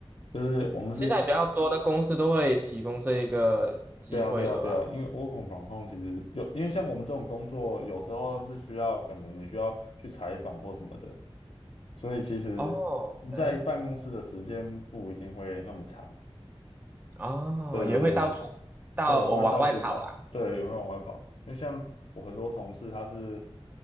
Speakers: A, on the left; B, on the right.
A: 就是我们是，
B: 现在比较多的公司都会提供这一个机会了吧？
A: 对啊对啊对啊，因为 work f r 其实有，因为像我们这种工作，有时候是需要可能你需要去采访或什么的，所以其实你在办公室的时间不一定会那么长。
B: 哦，哎，哦，
A: 对对对，
B: 也会到处到我往外跑啦。
A: 对，会到处跑，对，也会往外跑。因为像我很多同事，他是